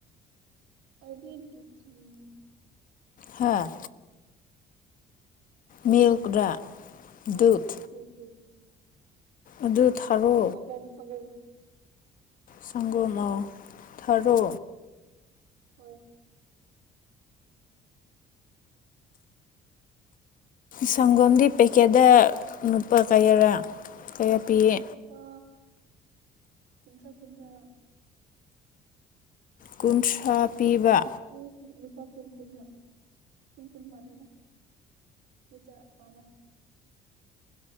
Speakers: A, on the right (about 85°); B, on the left (about 55°).
A: ꯑꯩꯗꯤ ꯗꯨꯛ ꯊꯥꯅꯤꯡꯉꯤ
B: ꯍꯥꯥ ꯃꯤꯜꯀꯥꯔ
A: ꯍꯣꯏ
B: ꯗꯨꯠ
A: ꯗꯨꯠ ꯗꯨꯠ
B: ꯑꯗꯨ ꯊꯔꯣ
A: ꯁꯟ ꯁꯪꯒꯣꯝ
B: ꯁꯪꯒꯣꯝ ꯑꯥ ꯊꯔꯣ
A: ꯍꯣꯏ
B: ꯁꯪꯒꯣꯝꯗꯤ ꯄꯦꯀꯦꯠꯇ ꯂꯨꯄꯥ ꯀꯌꯥꯔꯥ ꯀꯌꯥ ꯄꯤꯌꯦ
A: ꯂꯨꯄꯥ ꯀꯨꯟꯊ꯭ꯔꯥ ꯀꯨꯟꯊ꯭ꯔꯥ
B: ꯀꯨꯟꯊ꯭ꯔꯥ ꯄꯤꯕ
A: ꯗꯦ ꯂꯨꯄ ꯀꯨꯣꯟ ꯀꯟ ꯅ ꯀꯨꯟ ꯀꯨꯟ ꯃꯥꯂꯦꯗ ꯏꯆ ꯃꯥꯅ